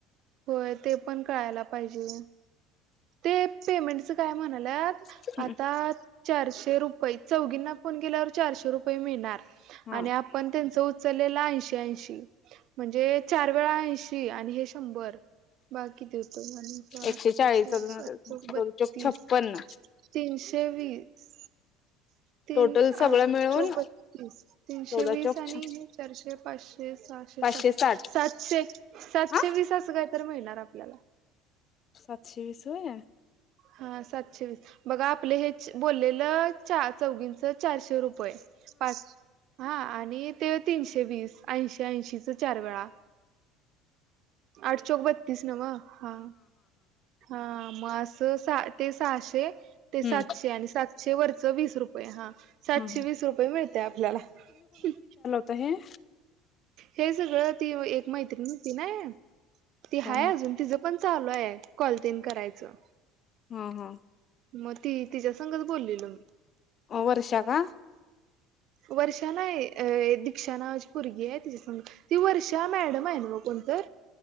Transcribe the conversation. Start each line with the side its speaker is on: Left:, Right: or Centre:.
Right: होय ते पण कळायला पाहिजे. ते पेमेंटचं काय म्हणाल्यात,
Left: आहे
Right: आता- चारशे रुपये, चौघींना फोन केल्यावर चारशे रुपये मिळणार
Left: हा
Right: आणि आप- पण त्यांचं उचललेला ऐंशी ऐंशी. म्हणजे चार वेळा ऐंशी आणि हे शंभर बघा किती होतंय आणि-
Left: एकशे चाळीस.
Right: सात
Left: चौक
Right: चोक बत्तीस,
Left: छप्पन्न
Right: तीनशे वीस. तीन
Left: टोटल सगळं
Right: आठ
Left: मिळून
Right: चोक बत्तीस, तीनशे
Left: चौदा
Right: वीस
Left: चौक
Right: आणि- चारशे पाचशे सहाशे
Left: पाचशे
Right: सातशे.
Left: साठ
Right: सातशे, सातशे
Left: हा
Right: वीस- तसं काय तर मिळणार आपल्याला.
Left: सातशे वीस होय?
Right: हा सातशे वीस. बघा आपलं हे बोललेलं- चार चौघींच चारशे रुपये, पाच- हा आणि ते तीनशे वीस ऐंशी ऐंशीच चार वेळा. आठ चोक बत्तीस ना मग. हा, हा म अस- स ते सहाशे
Left: हम्म
Right: ते सातशे आणि सातशे वरच वीस रुपये हा. सातशे
Left: हम्म
Right: वीस रुपये मिळते आपल्याला ह.
Left: त हे-
Right: हे सगळं ती व एक मैत्रिण होती ना, ती
Left: कोण
Right: हाय अजून तीच- पण चालू आहे कॉलतेन करायचं.
Left: हा हा.
Right: मग ती, तिच्या संगच बोललेलो.
Left: वर्षा का?
Right: वर्षा नाही, अ दिक्षा नावाची पोरगी आहे तीच्या संग. ती वर्षा मॅडम आहे नव्ह कोण तर?